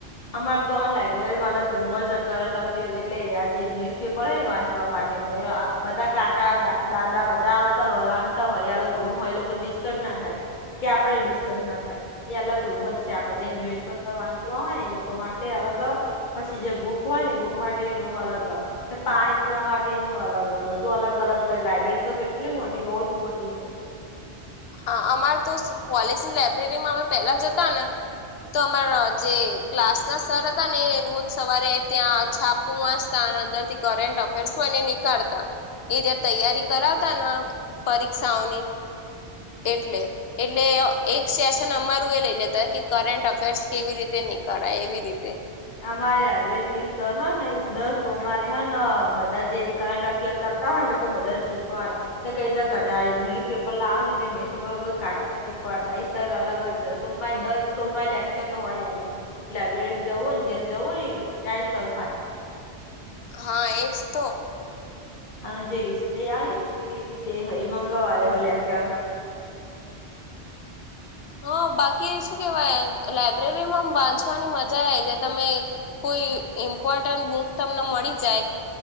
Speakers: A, on the left; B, on the left.
A: અમાર તો હ લાાઈબ્રેરીમાં અલગ રૂમર્ કરંટ અફેર એટલે આ જે ન્યુઝપેપર છે ને વાંચવા માટેનો એ બધા કાકા અદા દાદા બધા આવતા હોય વાંધતા હોય અલગ રૂમ હોય લોકોને ડિસ્ટર્બ ના થાય કે આપડે ડિસ્ટર્બ ના થાય એ અલગ રૂમ જ છે આખો જે ન્યુઝપેપર વાંચવા હોય ને એ લો કો માટે અલગ પછી જે બુક હોય ને બુક માટે રૂમ અલગ પાણી પીવા માટેનું અલગ બધું અલગ અલગ લાયબ્રેરી તો કેટલી મોટી બહુ જ મોટી છે
B: હા અમારે તો કોલેજની લાઈબ્રેરી માં અમે પેલા જતા ને તો અમારા જે ક્લાસ ના સર હતા ને રોજ સવારે ત્યાં છા પુ વાચતા અને અંદર થી કરન્ટ અફેર્સ હોયને નીકળતા એ રયા તૈયારી કરાવતા પરીક્ષાઓની એટલે એટલે એક સેશન અમારું એ લઇ લેતા કે કરટ અફેર્સ કેવી રીતે નીકળાય એવી રીતે
A: અમારે લાયબ્રેરીમાં એક સર હ ને દસ સોમવારે હ ને બધા જેં કરંટ અ ફેર કરતા હોય એ લોકો બધા ને શીખવાડે એ કઈ રીતે કઢાાય ન્યુઝપેપર લાવ આવે ને એટલે ન્યુઝપેપર કાઢતા શીખવાડતા એ સર અલગ જ સોમવારે દસ સોમવારે લેક્ચર તો હોય એમનું લાયબ્રેરી જવું ને જે જવું હોય ત્યાય સર હોય
B: હા એજ તો
A: અને જે હિસ્ટ્રી આ ને હિસ્ટ્રી વિશે હર મંગળવારે હોય લેક્ચર
B: હા બાકી શું કેવાય લાયબ્રેરીમાં વાંચવાની મજા આવે છે તમે કોઈ ઇમ્પોર્ટન્ટ બુક તમને મળી જાય